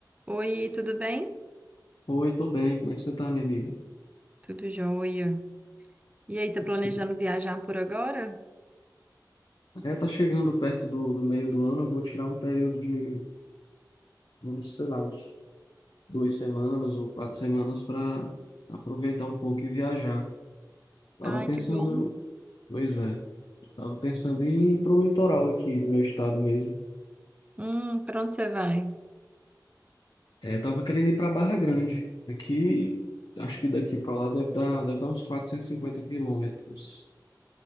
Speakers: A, on the right; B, on the left.
A: Oi, tudo bem?
B: Oi, tô bem. Como é que você tá, minha amiga?
A: Tudo jóia. E aí, tá planejando
B: Tipo,
A: viajar por agora?
B: É, tá chegando perto do, do meio do ano. Eu vou tirar um período de, vamos, sei lá, uns duas semanas ou quatro semanas para aproveitar um pouco e viajar. Tava
A: Ai,
B: pensando,
A: que bom.
B: pois é, tava pensando em ir pro litoral aqui do meu estado mesmo.
A: Hum, pra onde você vai?
B: É, tava querendo ir para Barra Grande. Aqui, acho que daqui para lá deve dar, deve dar uns 450 quilômetros.